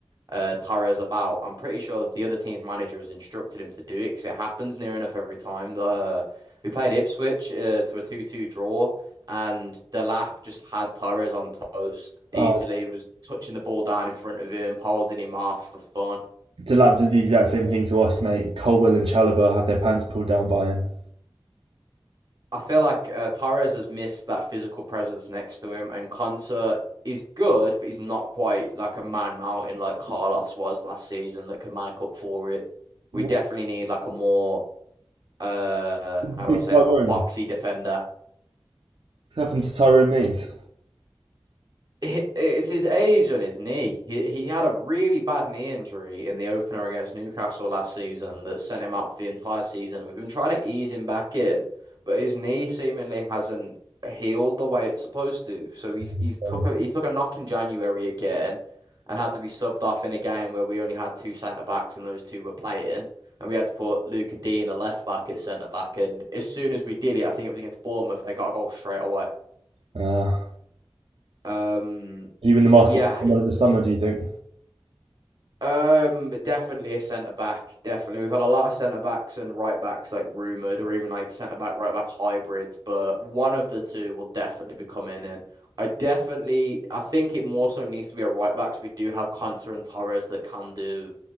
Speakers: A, on the right; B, on the right.
A: uh, Torres about, I'm pretty sure the other team's manager has instructed him to do it because it happens near enough every time. Uh, we played Ipswich uh, to a 2-2 draw. And the lap just had Torres on toast easily.
B: Oh,
A: He was touching the ball down in front of him, holding him off for fun.
B: Delap did the exact same thing to us, mate. Colwell and Chalobah had their pants pulled down by him.
A: I feel like uh, Torres has missed that physical presence next to him, and Konsa is good, but he's not quite like a man mountain like Carlos was last season that can make up for it. We
B: What
A: definitely need like a more uh,
B: happened
A: how do
B: to Big
A: I say,
B: Tyrone?
A: like a boxy defender
B: What happened to Tyrone Mings?
A: it- it's his age on his knee. He he had a really bad knee injury in the opener against Newcastle last season that sent him out for the entire season. We've been trying to ease him back in, but his knee seemingly hasn't healed the way it's supposed to. So he he's
B: It's gone.
A: took a he took a knock in January again, and had to be subbed off in a game where we only had two centre backs and those two were playing. And we had to put Luca Dean, a left back, at centre back. And as soon as we did it, I think it was against Bournemouth, they got a goal straight away.
B: Uh, are
A: Um,
B: you in the market
A: yeah,
B: for someone in the summer, do you think?
A: Um, definitely a centre back. Definitely, we've had a lot of centre backs and right backs like rumored, or even like centre back right back hybrids. But one of the two will definitely be coming in. I definitely, I think it more so needs to be a right back 'cause we do have Konsa and Torres that can do